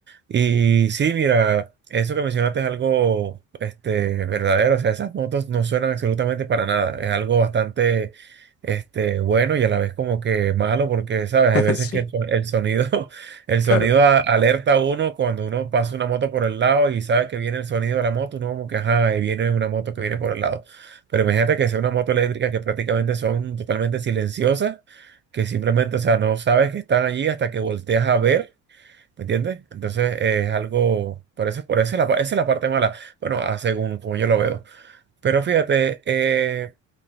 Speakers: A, on the right; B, on the left.
A: Y sí, mira, eso que mencionaste es algo este, verdadero. O sea, esas motos no suenan absolutamente para nada. Es algo bastante este, bueno y a la vez como que malo porque, ¿sabes?
B: <laughs>
A: Hay veces
B: Sí,
A: que el so- el sonido, <laughs> el
B: claro.
A: sonido a- alerta a uno cuando uno pasa una moto por el lado y sabe que viene el sonido de la moto, uno como que, ajá, ahí viene una moto que viene por el lado. Pero imagínate que sea una moto eléctrica que prácticamente son totalmente silenciosas, que simplemente, o sea, no sabes que están allí hasta que volteas a ver. ¿Me entiendes? Entonces eh, es algo, por eso, por eso es la, pa- esa es la parte mala, bueno, a según como yo lo veo. Pero fíjate, eh,